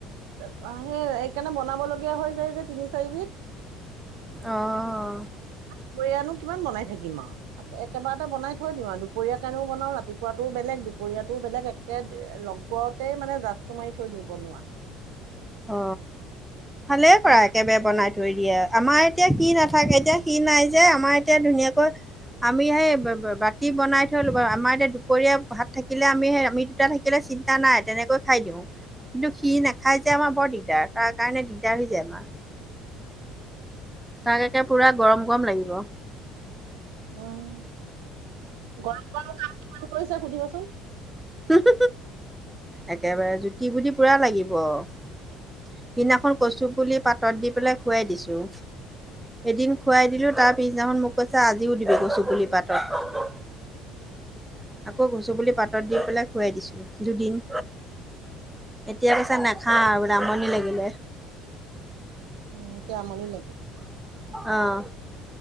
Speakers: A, on the right; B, in the centre.
A: সেই এইকাৰণে বনাব লগগীয়া হৈ যায় যে তিনি চাৰিবিধ।
B: অহ।
A: দুপৰীয়ানো কিমান বনাই থাকিম আৰু, একেবাৰতে বনাই থৈ দিম আৰু। দুপৰীয়াৰ কাৰণেও বনাওঁ ৰাতিপুৱাটো বেলেগ দুপৰীয়াটো বেলেগ একে লগতে মানে জাজটো মাৰি থৈ দি বনোৱা।
B: অ ভালেই কৰা
A: বা
B: একেবাৰে বনাই থৈ দিয়ে, আমাৰ এতিয়া সি নাথাকে এতিয়া সি নাই যে আমাৰ এতিয়া ধুনীয়াকৈ আমি সেই বা বা বাতি বনাই থৈলো আমাৰ এতিয়া দুপৰীয়া ভাত থাকিলে আমি সেই আমি দুটা থাকিলে চিন্তা নাই তেনেকৈ খাই দিওঁ কিন্তু সি নাখাই। তেতিয়া আমাৰ বৰ দিগদাৰ তাৰ কাৰণে দিগদাৰ হৈ যায় আমাৰ। তাক এতিয়া পোৰা গৰম গৰম লাগিব।
A: উম গৰম গৰম কাম কিমান কৰিছে সুধিবচোন?
B: হুম একেবাৰে জুতি বুতি পোৰা লাগিব। সিদিনাখন কচু পুলি পাতত দি পেলাই খোৱাই দিছোঁ। এদিন খুৱাই দিলো তাৰ পিছদিনাখন মোক কৈছে আজিও দিবি কচু পুলি পাতত। আকৌ গছ পুলি পাতত দি পেলাই খোৱাই দিছিলো দুদিন। এতিয়া কৈছে নাখাওঁ আৰু আমনি লাগিলে।
A: অ এতিয়া আমনি লাগে।
B: অঁ